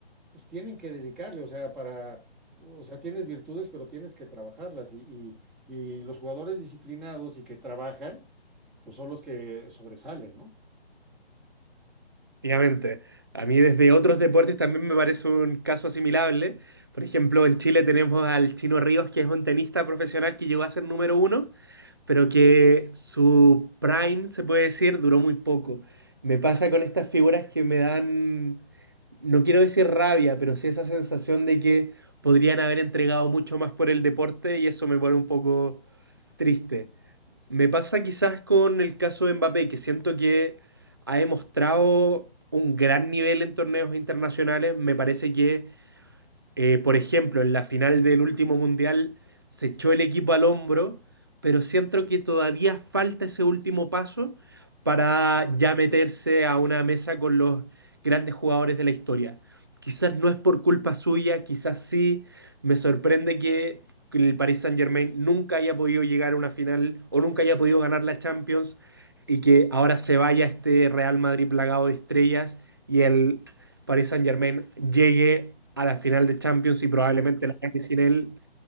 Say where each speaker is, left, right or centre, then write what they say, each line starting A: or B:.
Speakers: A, in the centre; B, on the right.
A: pues tienen que dedicarle, o sea, para, o sea, tienes virtudes, pero tienes que trabajarlas. Y, y, y los jugadores disciplinados y que trabajan, pues son los que sobresalen, ¿no?
B: Efectivamente. A mí desde otros deportes también me parece un caso asimilable. Por ejemplo, en Chile tenemos al Chino Ríos, que es un tenista profesional que llegó a ser número uno pero que su prime, se puede decir, duró muy poco. Me pasa con estas figuras que me dan, no quiero decir rabia, pero sí esa sensación de que podrían haber entregado mucho más por el deporte y eso me pone un poco triste. Me pasa quizás con el caso de Mbappé, que siento que ha demostrado un gran nivel en torneos internacionales. Me parece que eh, por ejemplo, en la final del último mundial se echó el equipo al hombro, pero siento que todavía falta ese último paso para ya meterse a una mesa con los grandes jugadores de la historia. Quizás no es por culpa suya, quizás sí. Me sorprende que el Paris Saint-Germain nunca haya podido llegar a una final o nunca haya podido ganar la Champions y que ahora se vaya este Real Madrid plagado de estrellas y el Paris Saint-Germain llegue a la final de Champions y probablemente la gane sin él.